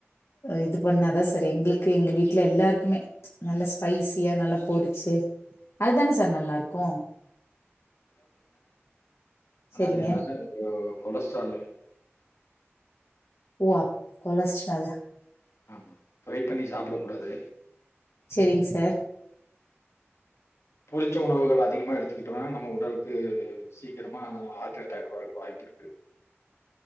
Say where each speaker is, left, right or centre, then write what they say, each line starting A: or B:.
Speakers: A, on the left; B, on the left.
A: இது பண்ணாதான் சார் எங்களுக்கு எங்க வீட்டுல எல்லாருக்குமே நல்லா ஸ்பைசியா நல்லா பொறிச்சு அதுதானே சார் நல்லா இருக்கும்
B: ஆனா
A: செரிங்க
B: அது எல்லாமே கொலஸ்ட்ரால்
A: ஓ அ கொலஸ்ட்ரால்
B: ஆமா ஃப்ரை பண்ணி சாப்பிடக் கூடாது
A: சரிங்க சார்
B: பொரிச்ச உணவுகள் அதிகமா எடுத்துக்கிட்டோம்னா நம்ம உடலுக்கு அது சீக்கிரமா ஹார்ட் அட்டாக் வரைக்கு வாய்ப்பு இருக்கு